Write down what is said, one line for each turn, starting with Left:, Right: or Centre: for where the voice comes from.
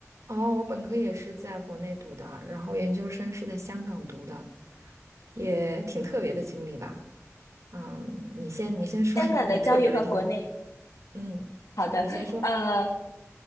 Right: 哦，我本科也是在国内读的，然后研究生是在香港读的，也挺特别的经历吧。嗯，你先你先说
Left: 香港的教育和国内
Right: <laughs> 你特别的地方。嗯，
Left: 好的，
Right: 什么？你先说。
Left: 呃，